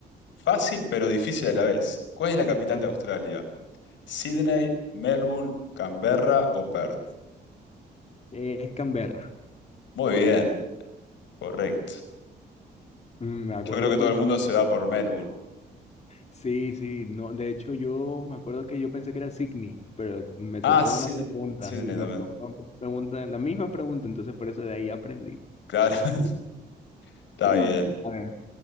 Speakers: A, on the left; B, on the left.
A: fácil pero difícil a la vez. ¿Cuál es la capital
B: A
A: de
B: ver,
A: Australia? ¿Sydney, Melbourne, Canberra o Perth?
B: es Canberra.
A: Muy bien, correcto.
B: Mm, Me acuerdo
A: Yo creo que
B: porque
A: todo el mundo se va por Melbourne.
B: sí, sí, no, de hecho yo me acuerdo que yo pensé que era Sydney, pero me
A: Ah,
B: tocó
A: sí,
B: una pregunta,
A: Sydney
B: me
A: también.
B: preguntó una pregunta, la misma pregunta, entonces por eso de ahí aprendí.
A: Claro, <laughs> está
B: <laughs>
A: bien.
B: A ver,